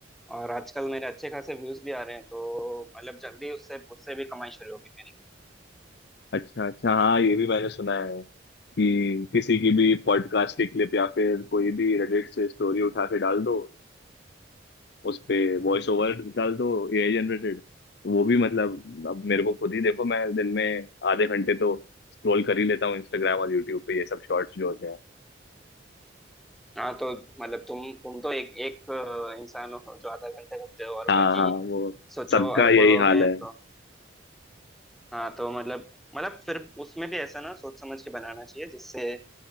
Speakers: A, in the centre; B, on the left.
A: और आजकल मेरे अच्छे खासे व्यूज भी आ रहे हैं तो मतलब जल्दी उससे उससे भी कमाई शुरू होगी मेरी
B: अच्छा अच्छा हाँ ये भी मैंने सुना है कि किसी की भी पॉडकास्ट की क्लिप या फिर कोई भी रेडिट से स्टोरी उठा के डाल दो उस पे वॉइस ओवर डाल दो एआई जनरेटेड वो भी मतलब अब मेरे को खुद ही देखो मैं दिन में आधे घंटे तो स्क्रॉल कर ही लेता हूँ इंस्टाग्राम और यूट्यूब पे ये सब शॉर्ट्स जो होते हैं
A: हाँ तो मतलब तुम तुम तो एक एक अ, इंसान हो जो आधा घंटा करते हो और
B: हाँ
A: बाकी
B: हाँ वो
A: सोचो
B: सबका
A: अरबों
B: यही
A: लोग
B: हाल
A: हैं
B: है
A: तो हाँ तो मतलब मतलब फिर उसमें भी ऐसा ना सोच समझ के बनाना चाहिए जिससे